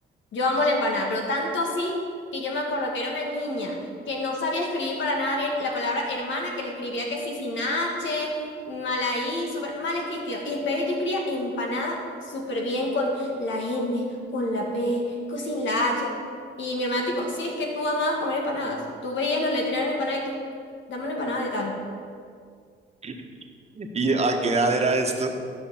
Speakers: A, on the left (about 70°); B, on the right (about 30°).
A: yo amo la empanada, pero tanto así que yo me acuerdo que era una niña que no sabía escribir para nada bien la palabra hermana, que le escribía que sí sin H, mal ahí, súper mal escrito. Y después yo escribía empanada súper bien con la M, con la P, con sin la H. Y mi hermana tipo, sí, es que tú amabas comer empanadas. Tú veías los letreros de empanada y tú, dame una empanada de tal.
B: <laughs> ¿Y a qué edad era esto?